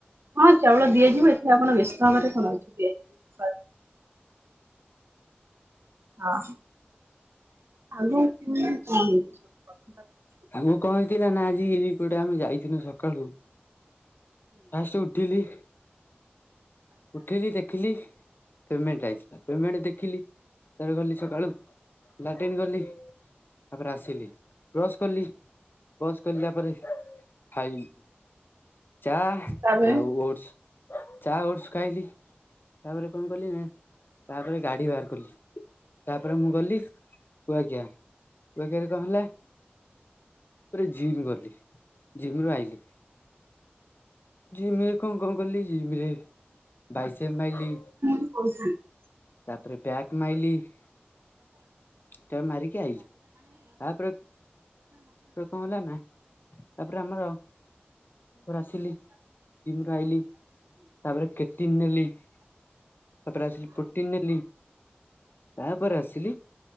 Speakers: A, on the right; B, on the left.
A: ହଁ ଚାଉଳ ଦିଆଯିବ ଏଠି ଆପଣ ବ୍ୟସ୍ତ ଭାବରେ କଣ ଅଛି ଦିଆଯିବ। ହଁ <inaudible>
B: ଆଗକୁ କଣ ହେଇଥିଲା ନା ଆଜି ଗୋଟେ ଆମେ ଯାଇଥିଲୁ ସକାଳୁ ଫାଷ୍ଟ ଉୁଠିଲି ଉଠିକି ଦେଖିଲି ପେମେଣ୍ଟ ଆଇଛି ପେମେଣ୍ଟ ଦେଖିଲି ତାପରେ ଗଲି ସକାଳୁ। ଲାଟିନ୍ ଗଲି ତାପରେ ଆସିଲି ବ୍ରସ କଲି। ବସ୍ ଚଢ଼ିଲା ପରେ ଖାଇଲି। ଚା
A: ତାପରେ
B: ଆଉ ଓଟସ। ଚା ଓଟସ୍ ଖାଇଲି। ତାପରେ କଣ କଲି ନା ତାପରେ ଗାଡି ବାହାର କଲି। ତାପରେ ମୁଁ ଗଲି କୁଆଖିଆ। କୁଆଖିଆରେ କଣ ହେଲା? ତାପରେ ଜିମ୍ ଗଲି। ଜିମ୍ ରୁ ଆଇଲି, ଜିମ୍ କଣ କଣ କଲି ଜିମ ରେ ବାଇସେପ ମାଇଲି।
A: <inaudible>
B: ତାପରେ ବ୍ୟାକ୍ ମାଇଲି। ଏତକ ମାରିକି ଆଇଲି। ତାପରେ, ତାପରେ କଣ ହେଲା ନା ତାପରେ ଆମର ଆସିଲି, ଜିମ୍ ରୁ ଆଇଲି। ତାପରେ ପ୍ରୋଟିନ୍ ନେଲି। ତାପରେ ଆସିଲି ପ୍ରୋଟିନ୍ ନେଲି। ତାପରେ ଆସିଲି